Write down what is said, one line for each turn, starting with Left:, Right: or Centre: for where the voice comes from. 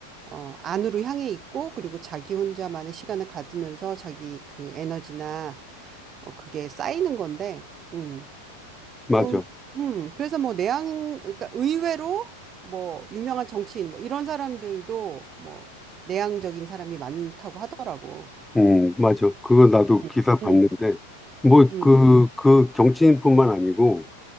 Right: 어, 안으로 향해 있고 그리고 자기 혼자만의 시간을 가지면서 자기 그 에너지나 어, 그게 쌓이는 건데 음,
Centre: 맞아.
Right: 좀 음, 그래서 뭐 내향 그러니까 의외로 뭐 유명한 정치인 뭐 이런 사람들도 뭐 내향적인 사람이 많다고 하더라고.
Centre: 음, 맞아. 그거 나도
Right: 음.
Centre: 기사 봤는데
Right: 음,
Centre: 뭐
Right: 음,
Centre: 그 그 정치인뿐만 아니고